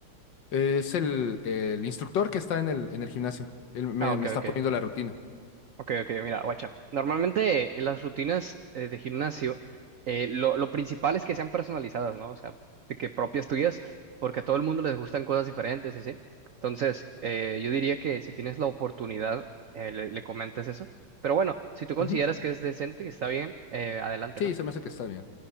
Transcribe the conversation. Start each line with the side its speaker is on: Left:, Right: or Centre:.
Left: Es el, el instructor que está en el, en el gimnasio. Él me,
Right: Ah, ok,
Left: me
Right: ok.
Left: está poniendo la rutina.
Right: Ok, ok, mira, guacha. Normalmente en las rutinas eh, de gimnasio, eh, lo, lo principal es que sean personalizadas, ¿no? O sea, de que propias tuyas, porque a todo el mundo les gustan cosas diferentes y así. Entonces, eh, yo diría que si tienes la oportunidad, eh, le, le comentes eso. Pero bueno, si tú consideras
Left: Ujú.
Right: que es decente, que está bien, eh, adelante,
Left: Sí,
Right: ¿no?
Left: se me hace que está bien.